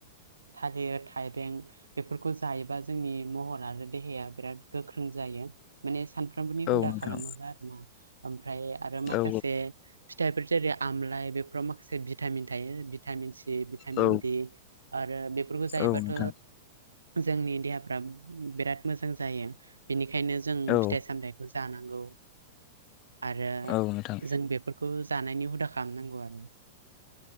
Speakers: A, on the right; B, on the left.
A: थालिर थाइबें बेफोरखौ जायोबा जोंनि महर आरो देहाया बिराद गोख्रों जा जायो माने सानफ्रामबोनि
B: औ
A: हुदा
B: नोंथां
A: खालामोब्ला आरोना ओमफ्राय आरो माखासे
B: औ
A: फिथाइफोर जेरै आमलाय बेफोराव माखासे भिटामिन थायो भिटामिन सि भिटामिन
B: औ
A: दि आरो बेफोरखौ जायोबाथ'
B: औ नोंथां
A: जोंनि देहाफ्रा बिराद मोजां जायो बिनि खायनो जों
B: औ
A: फिथाइ सामथाइखौ जानांगौ आरो
B: औ नोंथां
A: जों बेफोर खौ जानायनि हुदा खालामनांगौ आरो।